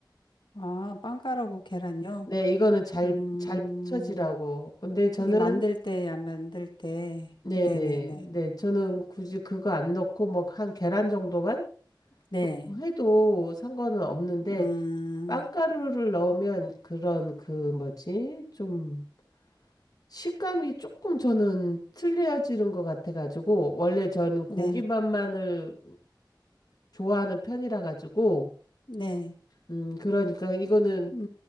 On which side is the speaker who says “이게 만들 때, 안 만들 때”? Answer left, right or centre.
Left